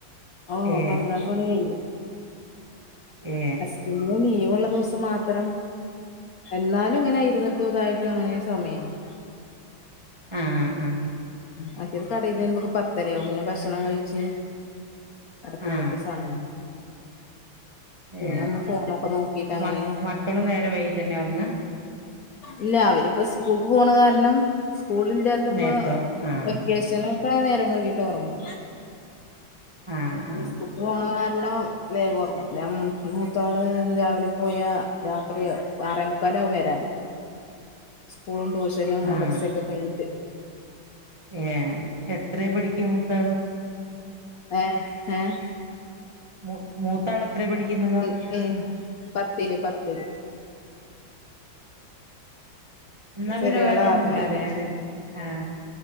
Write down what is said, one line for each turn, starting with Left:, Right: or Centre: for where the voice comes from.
Left: ഓഹ്,
Right: ഏ
Left: പന്ത്രണ്ട് മണി കയ്ഴും.
Right: ഏ
Left: ഹസ്ബന്റ്ന് ലീവുള്ള ദിവസം മാത്രം എന്നാലുംങ്ങനെ ഇരുന്നിട്ടും തായിട്ടും അങ്ങനെ സമയാവും.
Right: ആഹ്‌ ആഹ്‌
Left: മറ്റേത് കടേന്ന് വരുമ്പക്ക് പത്തരയാവും, പിന്നെ ഭഷണംകഴിച്ച് കടക്കുമ്പോക്ക്
Right: ആ
Left: സമയവു പിന്നൊന്ന്
Right: ഏ
Left: ഫോണൊക്കെ നോക്കീട്ടങ്ങനെ
Right: മ മക്കളും നേരം വൈകിട്ടന്നെ ഉറങ്ങാ
Left: ഇല്ല, അവരിപ്പോ ഉസ്കൂൾക്ക് പോണ കാരണം സ്കൂളില്ലാ പ്പൊ
Right: നേരത്തോ ആ
Left: വെക്കേഷനൊക്കെ നേരം വെകിട്ടൊറ്ങ്ങു
Right: ആ ആ
Left: ന്ന് സ്കൂക്ക്പോണ കാരണം വേഗം ഒർങ്ങും. ല്ല മൂ മൂത്താള് രാവിലെ പോയാ രാത്രിയൊ ആറേമുക്കാലാവും വരാന്. സ്കൂളും ട്യൂഷനും
Right: ആ
Left: മദർസ്സൊക്കെ കഴിഞ്ഞിട്ട്.
Right: ഏഹ്‌, എത്രെ പഠിക്കും മൂത്താള്?
Left: എഹ്‌ ഏഹ്‌
Right: മു മൂത്താള് എത്രെ പഠിക്ക്ന്നത്?
Left: ഏ പത്തില് പത്തില്
Right: ഇന്നാ
Left: ചെറിയാള്
Right: പിന്നെ വേറെന്നുംല്ലല്ലെ.
Left: ആറില്
Right: ഞാന് ആഹ്‌